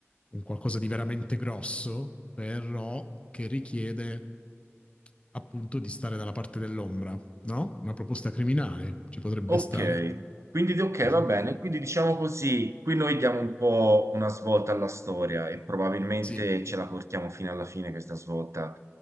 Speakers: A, on the left; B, on the right.
A: un qualcosa di veramente grosso, però che richiede appunto di stare dalla parte dell'ombra, no? Una proposta criminale ci potrebbe
B: Ok,
A: stare.
B: quindi di- ok,
A: Mhm.
B: va bene. Quindi diciamo così, qui noi diamo un po' una svolta alla storia e probabilmente
A: Sì,
B: ce la portiamo fino alla fine questa svolta,